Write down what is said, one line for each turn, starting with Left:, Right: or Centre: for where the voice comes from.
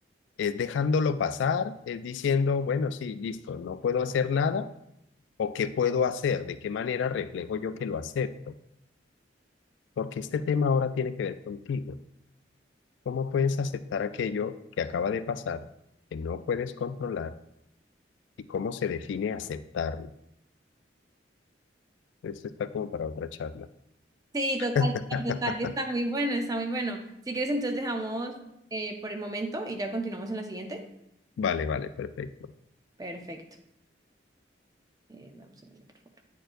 Left: ¿Es dejándolo pasar? ¿Es diciendo, bueno, sí, listo, no puedo hacer nada? ¿O qué puedo hacer? ¿De qué manera reflejo yo que lo acepto? Porque este tema ahora tiene que ver contigo. ¿Cómo puedes aceptar aquello que acaba de pasar, que no puedes controlar? ¿Y cómo se define aceptarlo? Eso está como para otra charla.
Right: Sí, total,
Left: <laughs>
Right: total, está muy bueno, está muy bueno. Si quieres, entonces dejamos eh, por el momento y ya continuamos en la siguiente.
Left: Vale, vale, perfecto.
Right: Perfecto. Eh, dame un segundo, por favor.